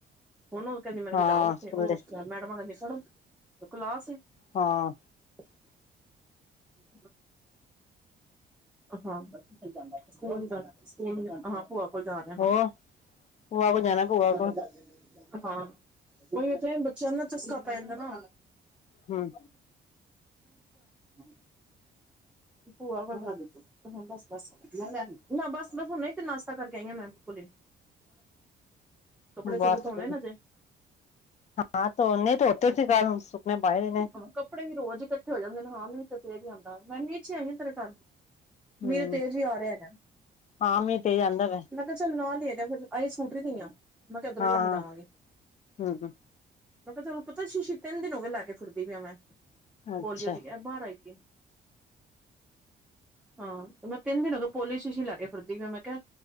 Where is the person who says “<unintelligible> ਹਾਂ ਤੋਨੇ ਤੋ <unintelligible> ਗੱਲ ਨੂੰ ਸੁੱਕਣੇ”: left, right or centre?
Left